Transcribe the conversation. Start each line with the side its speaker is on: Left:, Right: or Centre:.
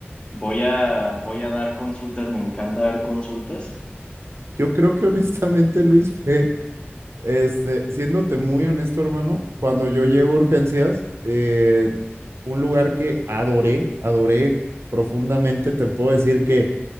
Left: voy a, voy a dar consultas, me encanta dar consultas?
Right: Yo creo que honestamente, Luis, fue, este, siéndote muy honesto, hermano, cuando yo llego a urgencias, eh, un lugar que adoré, adoré profundamente, te puedo decir que